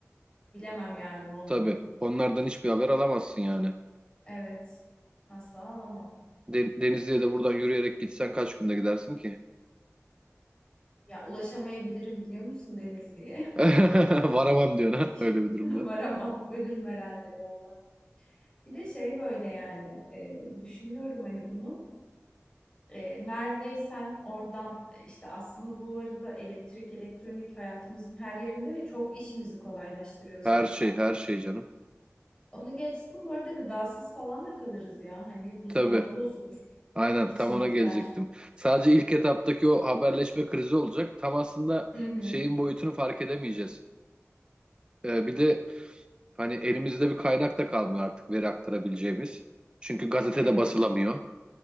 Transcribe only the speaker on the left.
Bilemem yani ne olduğunu.
Evet. Asla alamam.
Ya ulaşamayabilirim biliyor musun Denizli'ye?
<laughs>
Varamam. Ölürüm herhalde yolda. Bir de şey böyle yani e, düşünüyorum hani bunu. E, neredeysen oradan e, işte aslında bu arada elektrik, elektronik hayatımızın her yerinde ve çok işimizi kolaylaştırıyor zaten.
Onu geçtim. Bu arada gıdasız falan da kalırız ya. Hani buzdolabı
bozulur
içindekiler.
Hı hı.
Evet.